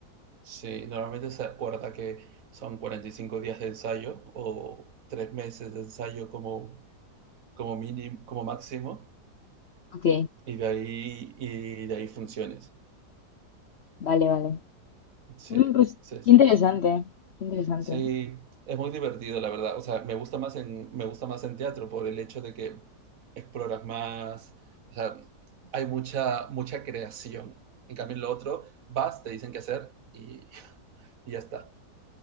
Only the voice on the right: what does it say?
Sí, normalmente se acuerda que son 45 días de ensayo o tres meses de ensayo como, como mínimo, como máximo,
y de ahí, y de ahí funciones.
Sí,
sí,
sí.
Sí, es muy divertido, la verdad. O sea, me gusta más en, me gusta más en teatro por el hecho de que exploras más, o sea, hay mucha, mucha creación. En cambio, en lo otro, vas, te dicen qué hacer y, y ya está.